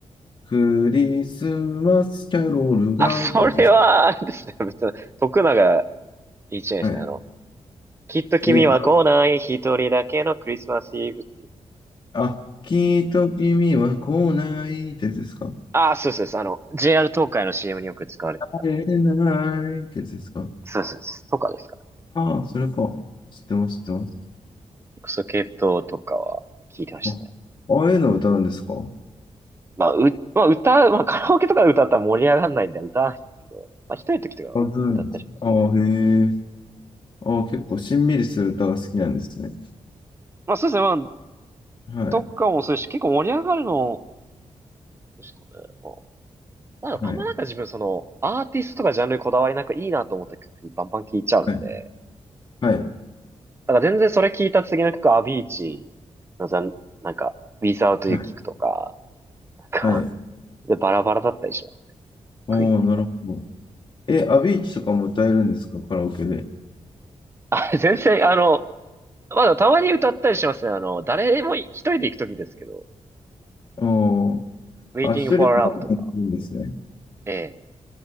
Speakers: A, on the left; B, on the right.
A: クリスマスキャロールがってやつです。
B: あ、それは、あれですね。別に、徳永いいじゃないですか。
A: はい。
B: あの、きっと君は来ない一人だけのクリスマスイブっていう。
A: え、あ、きっと君は来ないってやつですか。
B: ああ、そうそうです。あの、JR 東海の CM によく使われてた。
A: 会えないってやつですか。
B: そうそうです。とかですかね。
A: ああ、それか。知ってます、知ってます。
B: そう系統とかは聞いてましたね。
A: あ、ああいうのを歌うんですか
B: まあ、う、まあ、歌う、まあ、カラオケとかで歌ったら盛り上がらないんで歌わないんですけど、まあ、一人の時とかは歌ったりします。
A: あ、ずん。ああ、へえ。ああ、結構しんみりする歌が好きなんですね。
B: まあ、そうですね。まあ、
A: はい。
B: とかもそうですし、結構盛り上がるの、ですかね。まあ、まあ、
A: はい。
B: あんまなんか自分、その、アーティストとかジャンルにこだわりなくいいなと思った曲、バンバン聴いちゃうんで、
A: はい、はい、
B: なんか全然それ聴いた次の曲、アビーチのざん、なんか、Without
A: はい、
B: You 聞くとか、なんか、
A: はい。
B: で、バラバラだったりします
A: おー、
B: クイーンって。
A: なるほど。え、アビーチとかも歌えるんですか、カラオケで。
B: あ、<laughs> 全然、あの、まだたまに歌ったりしますね。あの、誰でも一人で行くときですけど、
A: おー、
B: Waiting
A: あ、一人カラオケもいいんですね。
B: for Love とか。ええ。